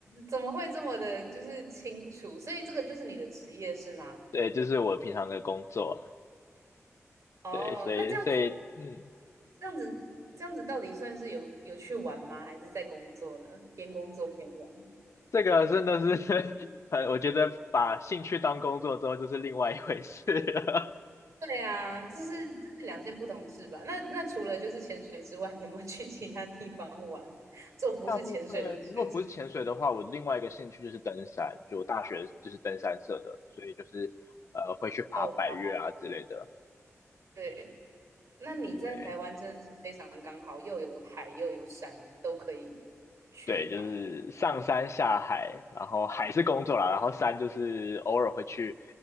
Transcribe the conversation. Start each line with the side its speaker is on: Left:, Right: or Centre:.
Right: 怎么会这么的，就是清楚？所以这个就是你的职业是吗？
Left: 对，就是我平常的工作。
Right: 哦，
Left: 对，所以所以嗯，
Right: 那这样子，这样子，这样子到底算是有有去玩吗？还是在工作呢？边工作边玩？
Left: 这个真的是 <laughs> 呃，我觉得把兴趣当工作之后就是另外一回事了。
Right: 对啊，这是这是两件不同事吧？那那除了就是潜水之外，你有没有去其他地方玩，<laughs>
Left: <laughs>
Right: 做不是潜水的事情？
Left: 大部分如果不是潜水的话，我另外一个兴趣就是登山，就我大学就是登山社的，所以就是呃会去爬百岳啊之类的。
Right: 哦，哇对。那你在台湾真的是非常刚好，
Left: 对
Right: 又有海又有山，都可以去跑。
Left: 对，就是上山下海，然后海是工作啦，然后山就是偶尔会去